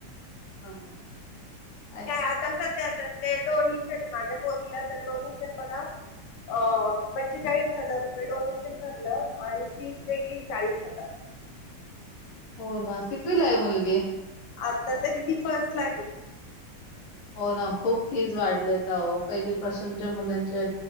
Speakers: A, on the left; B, on the left.
A: हा
B: काय आता सध्याता ते डोनेशन माझ्या पोरीला तर डोनेशन बघा अ पंचेचाळीस हजार रुपये डोनेशन भरलं आणि फीस वेगली चाळीस हजार
A: हो ना किितवी ला आहे मुलगे
B: आता तरी ती फर्स्ट लागेल
A: हो ना खूप फीज वाढले त पहिलीपासून त मुलांच्या